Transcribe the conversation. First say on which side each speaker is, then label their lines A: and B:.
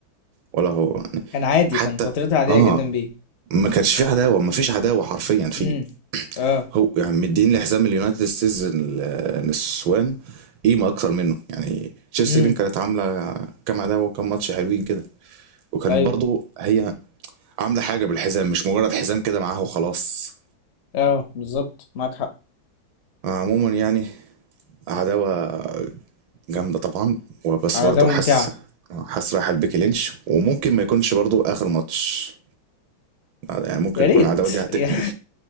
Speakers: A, on the right (about 85°); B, on the left (about 75°).
A: ولا هو يعني
B: كان عادي
A: حتى
B: كان فترتها عادية
A: اه
B: جدا بيه
A: ما كانش في عداوة ما فيش عداوة حرفيا فيه
B: امم اه
A: هو يعني مدين لحزام اليونايتد السيزون ال- نسوان قيمه اكتر منه يعني تشيلسي
B: امم
A: رين كانت عامله كام عداوه وكام ماتش حلوين كده وكان
B: ايوه
A: برضو هي عامله حاجه بالحزام مش مجرد حزام كده معاها وخلاص
B: اه بالظبط معاك حق
A: عموما يعني عداوه جامده طبعا وبس
B: على
A: برضو
B: ده ممتعة
A: حاسس حاسس رايحه لبيكي لينش وممكن ما يكونش برضو اخر ماتش يعني ممكن
B: يا
A: يكون
B: ريت
A: العداوه دي هتكمل
B: <laughs> يا